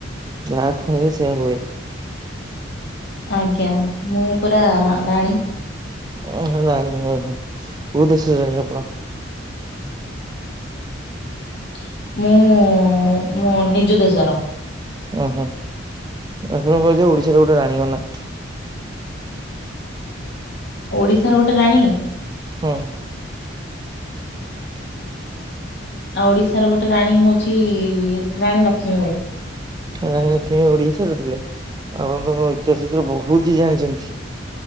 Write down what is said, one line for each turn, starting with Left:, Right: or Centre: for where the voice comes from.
Right: ଯାହା କୁହେ ସେୟା ହୁଏ।
Left: ଆଜ୍ଞା ମୁଁ ପୁରା ରାଣୀ।
Right: ଓ ରାଣୀ ଓହୋ କୋଉ ଦେଶର ରାଣୀ ଆପଣ?
Left: <unintelligible> ମୁଁ ମୋ ନିଜ ଦେଶର।
Right: ଓହୋ ଆପଣ କହିଲେ ଓଡ଼ିଶାରେ ଗୋଟେ ରାଣୀଙ୍କ ନା।
Left: ଓଡିଶାର ଗୋଟେ ରାଣୀ।
Right: ହଁ।
Left: ଆଉ ଓଡିଶାର ଗୋଟେ ରାଣୀ ହଉଛି ରାଣୀ ଲକ୍ଷ୍ମୀ ବାଇ।
Right: ରାଣୀ ଲକ୍ଷ୍ମୀ ଓଡିଶାର ଥିଲେ। ଆପଣତ ଙ୍କ ଇତିହାସ ଭିତରେ ବହୁତ କିଛି ଜାଣିଛନ୍ତି।